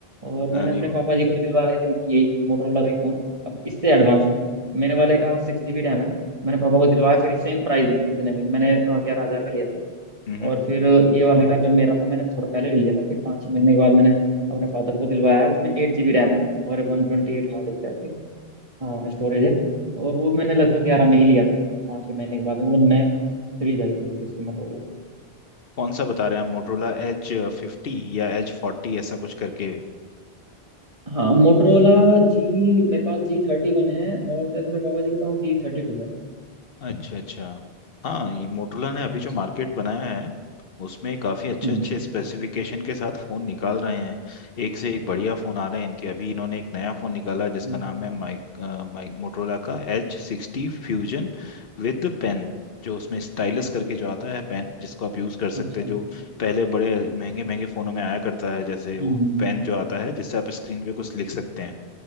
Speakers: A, on the right; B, on the left.
A: और
B: अरे
A: मैंने अपने
B: वाह
A: पापा जी को भी दिलवाया थी उनकी यही मोटरोला का ही फ़ोन अब इससे एडवांस मेरे वाले का सिक्स जी बी रैम है मैंने पापा को दिलवाया फिर सेम प्राइस में इतने में मैंने हाँ, ग्यारह हज़ार का लिया था
B: हम्म
A: और फिर ये वाले का जो मेरा था मैंने थोड़ा पहले ले लिया था फिर पाँच छः महीने के बाद मैंने अपने फादर को दिलवाया है उसमें एट जी बी रैम है और वन ट्वेंटी एट हार्ड डिस्क है उसकी हाँ स्टोरेज है और वो मैंने लगभग ग्यारह में ही लिया था पाँच छः महीने के बाद में वो नया सीरीज आई थी फिर इसकी मोटरोला की
B: कौन सा बता रहे हैं आप मोटरोला एज फिफ्टी या एज फोर्टी ऐसा कुछ करके
A: हाँ मोटरोला जी मेरे पास जी थर्टी वन है और शायद मेरे पापा जी के पास जी थर्टी टू
B: अच्छा अच्छा हाँ ये मोटोला ने अभी
A: है
B: जो मार्केट बनाया है उसमें काफ़ी अच्छे
A: हम्म
B: अच्छे स्पेसिफिकेशन के साथ फ़ोन निकाल रहे हैं एक से एक बढ़िया फ़ोन आ रहे हैं इनके अभी इन्होंने एक नया फ़ोन निकाला जिसका
A: हम्म,
B: नाम है माइक अ, माइक मोटोला का एच सिक्सटी फ्यूजन विद पेन जो उसमें स्टाइलस करके जो आता है पेन जिसको आप यूज़ कर सकते
A: अच्छा
B: हैं जो पहले बड़े महंगे महंगे फ़ोनों में आया करता है जैसे वो
A: हम्म हम्म,
B: पेन जो आता है जिससे आप स्क्रीन पे कुछ लिख सकते हैं